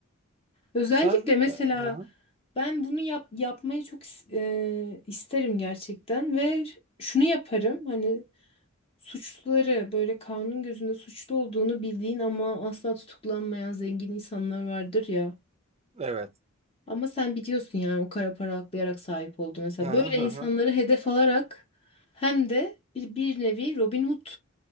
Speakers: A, on the left; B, on the right.
A: Özellikle
B: Sen
A: mesela
B: e, hı hı,
A: ben bunu yap yapmayı çok is- e, isterim gerçekten ve şunu yaparım hani Suçluları böyle kanun gözünde suçlu olduğunu bildiğin ama asla tutuklanmayan zengin insanlar vardır ya.
B: evet.
A: Ama sen biliyorsun yani o kara para aklayarak sahip oldu mesela.
B: Hı
A: Böyle
B: hı
A: insanları
B: hı hı.
A: hedef alarak hem de bir, bir nevi Robin Hood